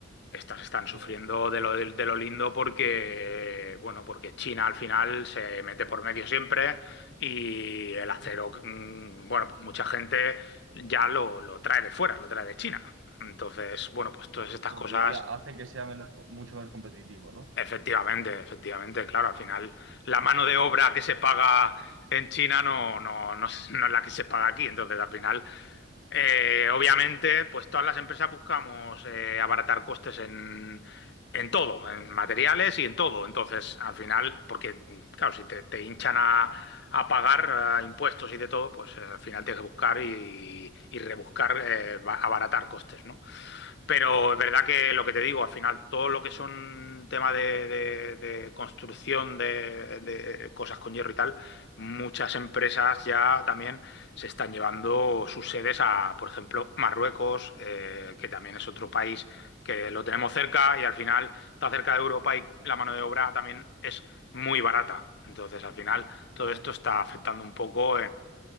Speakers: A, on the left (about 60°); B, on the right (about 85°).
A: estas están sufriendo
B: Sí.
A: de lo, de lo lindo porque, bueno, porque China al final se mete por medio siempre y el
B: Ujú.
A: acero, mm, bueno, pues mucha gente ya lo, lo trae de fuera, lo trae de China. Entonces, bueno, pues todas estas
B: Ah,
A: cosas
B: ya, ya hace que sea menos, co- mucho más competitivo, ¿no?
A: Efectivamente, efectivamente, claro, al final la mano de obra que se paga en China no, no, no, es no es la que se paga aquí, entonces al final, eh, obviamente, pues todas las empresas buscamos eh, abaratar costes en, en todo, en materiales y en todo, entonces al final, porque claro, si te, te hinchan a, a pagar eh, impuestos y de todo, pues eh, al final tienes que buscar y, y rebuscar, eh, ba- abaratar costes, ¿no? Pero es verdad que
B: Claro.
A: lo que te digo, al final todo lo que son temas de, de- de construcción de, de cosas con hierro y tal, muchas empresas ya también se están llevando sus sedes a, por ejemplo, Marruecos, eh, que también es otro país que lo tenemos cerca y al final está cerca de Europa y la mano de obra también es muy barata. Entonces, al final, todo
B: claro.
A: esto está afectando un poco